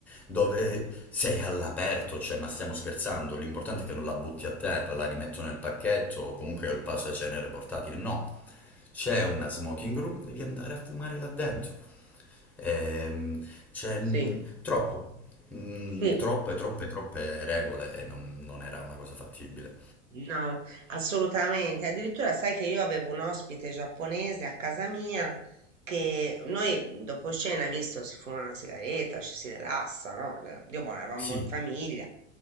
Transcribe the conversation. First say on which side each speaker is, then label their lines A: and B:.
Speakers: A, in the centre; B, on the right.
A: dove sei all'aperto, cioè ma stiamo scherzando, l'importante è che non la butti a terra, la rimetto nel pacchetto o comunque ho il cenere portatile. No, c'è una smoking room, devi andare a fumare là dentro. Ehm, c'è
B: sì,
A: mm, troppo, mm,
B: sì.
A: troppe, troppe, troppe regole e non, non era una cosa fattibile.
B: No, assolutamente. Addirittura sai che io avevo un ospite giapponese a casa mia che noi mhmm, dopo cena, visto, si fuma una sigaretta, ci si rilassa, no? Eh, Dio buono, eravamo
A: Sì,
B: in famiglia.